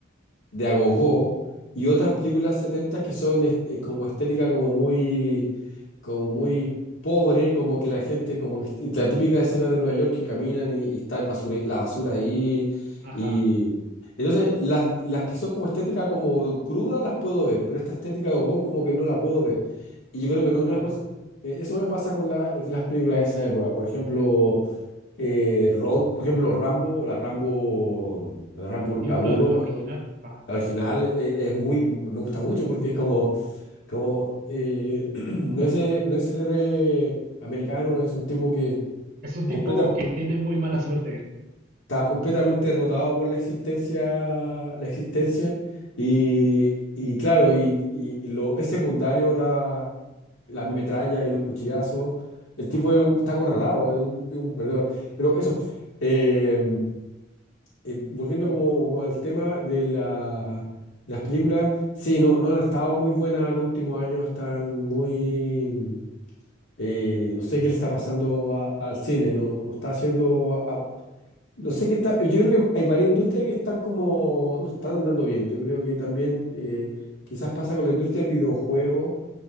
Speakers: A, on the left (about 75°); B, on the right (about 50°).
A: de agogó. Y otras películas 70 que son est- eh, como estética, como muy como muy pobre, como que la gente, como que est- y la típica escena de Nueva York que caminan y, y está el basure- la basura ahí.
B: ajá,
A: Y entonces las, las que son como estética como cruda las puedo ver, pero esta estética como, como que no la puedo ver. Y yo
B: no,
A: creo que no es una
B: ajá.
A: cosa. eh, Eso me pasa con la- eh, las películas de esa época. Por ejemplo, eh, Rock, por ejemplo, Rambo, la Rambo, la Rambo, la
B: New Blood,
A: uno
B: la original. Ajá.
A: la original, eh, es muy, me gusta mucho porque es como como, eh, <clears throat> no es, el- no es el héroe americano, es un tipo que
B: Es un tipo
A: completa,
B: que tiene muy mala suerte.
A: está completamente derrotado por la existencia, la existencia y, y claro, y, y lo, es secundario la, las metrallas y los cuchillazos. El tipo
B: Ajá.
A: es un- está acorralado, es un, es un perdedor. Pero eso, eh, eh, volviendo como, como al tema de la- las películas, sí, no, no han estado muy buenas en los últimos años, están muy... Eh, no sé qué le está pasando a- al cine, no, no está haciendo... a- a- no sé qué está... Yo creo que hay varias industrias que están como... no están andando bien. Yo creo que también eh, quizás pasa con la industria del videojuego,